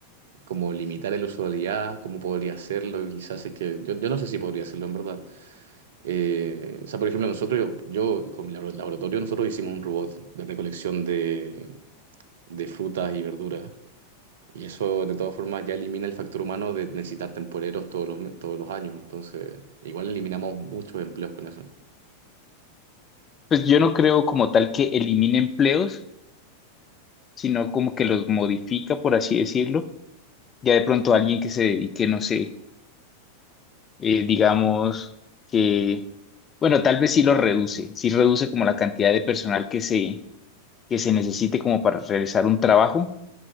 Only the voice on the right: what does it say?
como limitar el uso de la IA, ¿cómo podría hacerlo? Quizás es que yo, yo no sé si podría hacerlo en verdad. Eh, o sea, por ejemplo, nosotros, yo, yo con mi labo- laboratorio, nosotros hicimos un robot de recolección de, de frutas y verduras. Y eso de todas formas ya elimina el factor humano de necesitar temporeros todos los, me- todos los años. Entonces, igual eliminamos muchos empleos con eso.